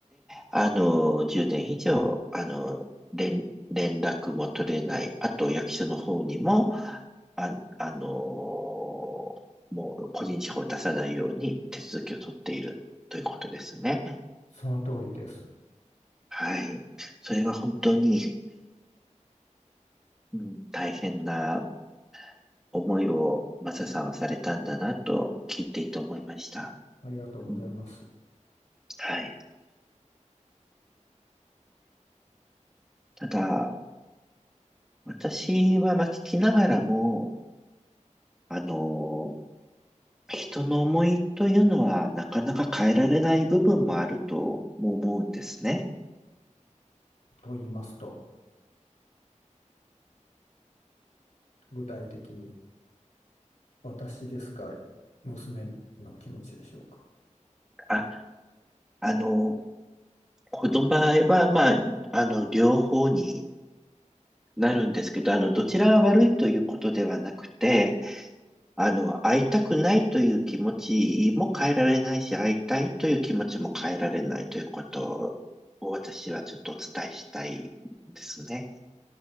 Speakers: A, in the centre; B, on the left.
A: あの、10年以上、あの、連、連絡も取れない。あと、役所の方にも、あ、あの、もう個人情報を出さないように手続きを取っているということですね。
B: その通りです。
A: はい。それは本当に、うん、大変な思いをマサさんはされたんだなと聞いていて思いました。
B: ありがとうございます。
A: うん、はい。ただ、私はまあ聞きながらも、あの人の思いというのはなかなか変えられない部分もあるとも思うんですね。
B: と言いますと具体的に私ですか娘の気持ちでしょうか。
A: あ、あの、この場合は、まあ、あの、両方になるんですけど、あの、どちらが悪いということではなくて、あの、会いたくないという気持ちも変えられないし、会いたいという気持ちも変えられないということを私はちょっとお伝えしたいですね。